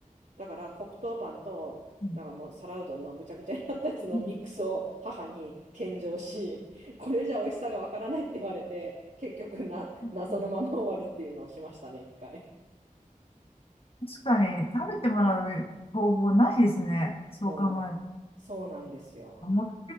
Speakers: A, on the right; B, on the left.
A: だから黒糖パンと、
B: うん
A: なんかもう皿うどんのぐちゃぐちゃになったやつのミックスを母に献上し、
B: うん
A: <laughs> これじゃ美味しさがわからないって言われて、結局な、
B: うん
A: 謎のまま終わるっていうのをしましたね、一回。
B: 確かに食べてもらう方法ないですね。そう考える
A: そう、そうなんですよ。
B: と。持って